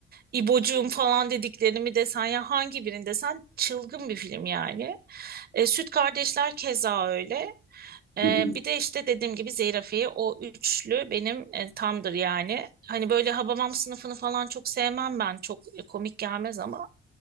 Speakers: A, on the right; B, on the left.
A: İbocuğum falan dediklerini mi desen, ya hangi birini desen çılgın bir film yani. E, Süt Kardeşler keza öyle. Ee,
B: <laughs> Hı hı.
A: bir de işte dediğim gibi zeyrafiye o üçlü benim e, tamdır yani. Hani böyle Habamam sınıfını falan çok sevmem ben. Çok e, komik gelmez ama